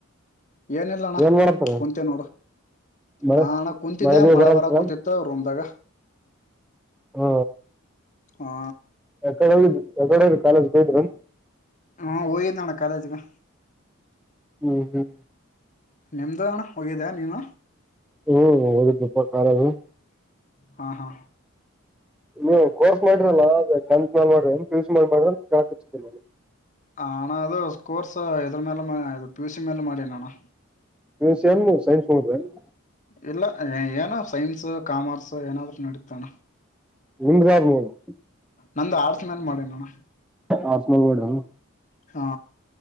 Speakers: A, on the left; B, in the centre.
A: ಏನಿಲ್ಲ ಅಣ್ಣ
B: ಏನ್ ಮಾಡತಾರ
A: ಕುಂತೀವಿ ನೋಡು
B: ಮಳೆ
A: ಹ ಅಣ್ಣ ಕುಂತಿದ್ದೆ
B: ಮಳೆಗಿಳೆ
A: ಮಳೆ
B: ಬರಲ್ತ
A: ಬರ ಕುಂತಿತ್ತು ರೊಮ್ದಾಗ
B: ಹಾ
A: ಹಾ
B: ಯಕಡೆ ಹೋಗಿದ್ದಿ ಯಕಡಿ ಹೋಗ್ರಿ ಕಾಲೇಜ್ ಹೋದ್ರಾ
A: ಹಾ ಹೋಗಿದ್ನಣ್ಣ ಕಾಲೇಜಿಗೆ
B: ಹ್ಮ ಹ್ಮ್
A: ನಿಮ್ದಣ ಹೋಗಿದ್ಯಾ ನೀನು
B: ಹ್ಮ ಹೋಗಿದ್ನೆಪ್ಪ ಕಾಲೇಜು
A: ಹಾ ಹಾ
B: <unintelligible> ನಾನು
A: ಆ ಅಣಾ ಅದು ಸ್ಕೋರ್ಸ ಇದರ ಮೇಲೆ ಮಾಡ್ ಅದು ಪಿ ಯು ಸಿ ಮ್ಯಾಲ ಮಾಡಿನಿ ಅಣ್ಣ
B: ಪಿ ಯು ಸಿ ಏನು ಸೈನ್ಸ್ ಮೂಗದಾದೇನು
A: ಇಲ್ಲ ಏನೋ ಸೈನ್ಸ್ ಕಾಮರ್ಸ್ ಏನಾದ್ರೂ ನಡಿ ತಣ
B: ನಿಮ್ದು ಯಾವುದು ಮುಗ್ದದ
A: ನಂದು ಆರ್ಟ್ಸ್ ಮೇಲೆ ಮಾಡಿ ಅಣ್ಣ
B: ಆರ್ಟ್ಸ್ ಮೇಲ್ ಮಾಡ್ರಿ ಏನ್
A: ಹಾ